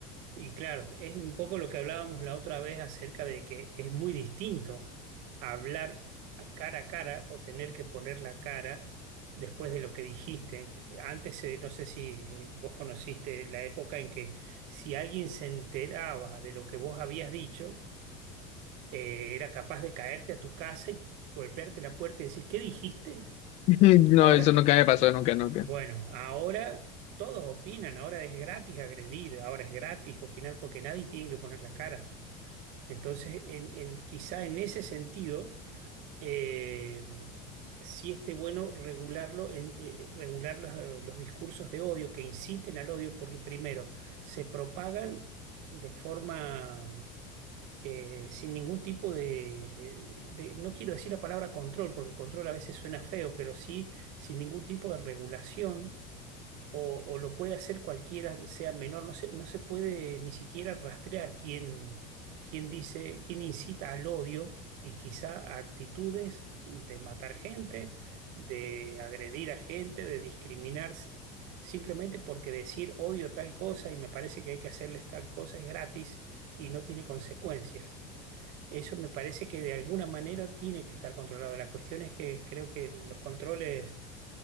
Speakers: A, on the right; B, on the left.
A: Y claro, es un poco lo que hablábamos la otra vez acerca de que es muy distinto hablar cara a cara o tener que poner la cara después de lo que dijiste. Antes, eh, no sé si vos conociste la época en que si alguien se enteraba de lo que vos habías dicho, eh, era capaz de caerte a tu casa y golpearte la puerta y decir, ¿qué dijiste?
B: <laughs> No,
A: Ahora,
B: eso nunca me pasó, nunca, nunca.
A: bueno, ahora... Todos opinan, ahora es gratis agredir, ahora es gratis opinar porque nadie tiene que poner la cara. Entonces, en, en- quizá en ese sentido, eh, sí esté bueno regularlo, en- eh, regular los, los discursos de odio que inciten al odio, porque primero, se propagan de forma eh, sin ningún tipo de, de- no quiero decir la palabra control, porque control a veces suena feo, pero sí sin ningún tipo de regulación o, o lo puede hacer cualquiera, sea menor, no se, no se puede ni siquiera rastrear quién, quién dice, quién incita al odio y quizá a actitudes de matar gente, de agredir a gente, de discriminar, s- simplemente porque decir odio tal cosa y me parece que hay que hacerles tal cosa es gratis y no tiene consecuencias. Eso me parece que de alguna manera tiene que estar controlado. La cuestión es que creo que los controles